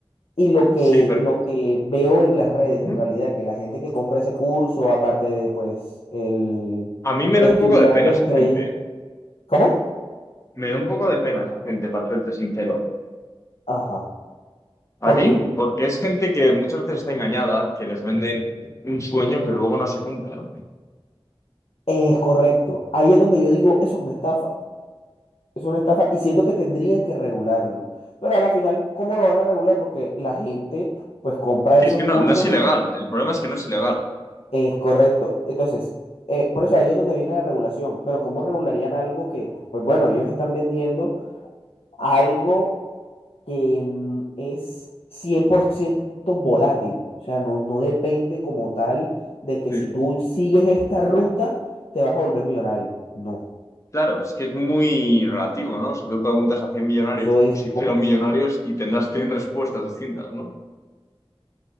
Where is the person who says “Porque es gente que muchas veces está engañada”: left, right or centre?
Left